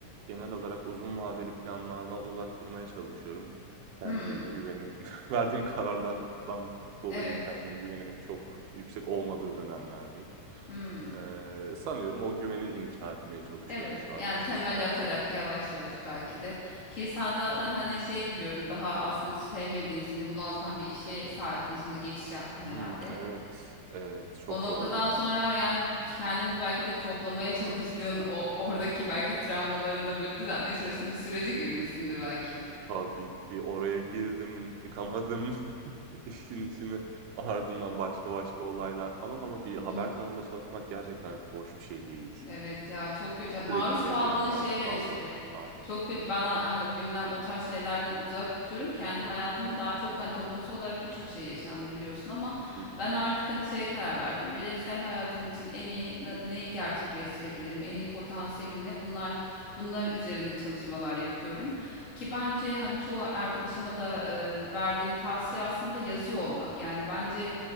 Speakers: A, on the right; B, on the left.
A: Genel olarak uzun vadeli planlardan uzak durmaya çalışıyorum. Kendime
B: Hmm.
A: güvenimin <laughs> verdiğim kararlardan dolayı
B: Evet.
A: kendime güvenimin çok yüksek olmadığı dönemlerdeyim.
B: Hmm.
A: Eee, sanıyorum o güveni inşa etmeye çalışıyorum
B: Evet.
A: şu
B: Yani
A: a şu
B: temel
A: sıralarda.
B: atarak yavaş yavaş belki de. Ki sen zaten
A: Aynen.
B: hani şeyi biliyorum daha aslında sevmediğin seni bunaltan bir işe sahiptin. Şimdi geçiş yaptın herhalde.
A: Hımm, evet, evet. Çok
B: O noktadan
A: zordu ya.
B: sonra yani kendini belki de toplamaya çalıştığın o oradaki belki travmalarını böyle düzeltmeye çalıştığın bir sürece girmişsindir belki.
A: Tabii ki oraya girdim, çıkamadım <laughs> işin içine. Ardından başka başka olaylar falan ama bir haber
B: Hı hı.
A: kanalında çalışmak gerçekten hoş bir şey değil.
B: Evet ya çok kötü. Maruz
A: Sürekli medyaya
B: kaldığın
A: maruz
B: şeyler
A: kalmak.
B: işte.
A: Aynen.
B: Çok kötü. Ben a- hani o gündem o tarz şeylerden uzak tutuyorum. Kendi hayatımın
A: Hı hı,
B: daha çok hani toplumsal olarak birçok şey yaşandı biliyorsun ama
A: hı hı.
B: ben artık hani şeye karar verdim. Bireysel hayatım için en iyi na- neyi gerçekleştirebilirim? En iyi potansiyelim ne? Bunlar bunlar üzerine çalışmalar yapıyorum. Ki bence hani çoğu arkadaşıma da e, verdiğim tavsiye aslında yazıyor olmak. Yani bence